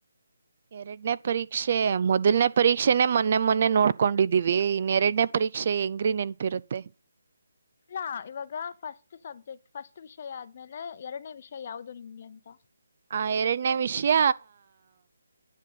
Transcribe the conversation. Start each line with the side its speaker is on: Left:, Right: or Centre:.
Right: ಎರಡನೇ ಪರೀಕ್ಷೆ ಮೊದಲ್ನೇ ಪರೀಕ್ಷೆನನೆ ಮೊನ್ನೆ ಮೊನ್ನೆ ನೋಡ್ಕೊಂಡಿದ್ದೀವಿ ಇನ್ನೆರಡನೇ ಪರೀಕ್ಷೆ ಹೆಂಗ್ರೀ ನೆನಪಿರುತ್ತೆ
Left: ಇಲ್ಲಾ ಇವಾಗ ಫಸ್ಟ್ ಸಬ್ಜೆಕ್ಟ್ ಫಸ್ಟ್ ವಿಷಯ ಆದ್ಮೇಲೆ ಎರಡನೇ ವಿಷಯ ಯಾವುದು ನಿಮ್ಗೆ ಅಂತ
Right: ಆ ಎರಡನೇ ವಿಷಯ